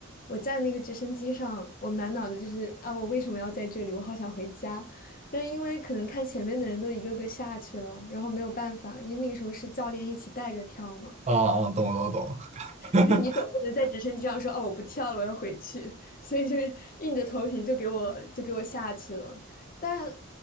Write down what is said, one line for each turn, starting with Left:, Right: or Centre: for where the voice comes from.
Left: 我在那个直升机上，我满脑子就是啊，我为什么要在这里？我好想回家。但是因为可能看前面的人都一个个下去了，然后没有办法，因为那个时候是教练一起带着跳嘛。
Right: 哦哦，懂了懂了懂了，
Left: 就是你总不能在直升机上说哦我不跳了，我要回去，所以就是硬着头皮就给我就给我下去了。但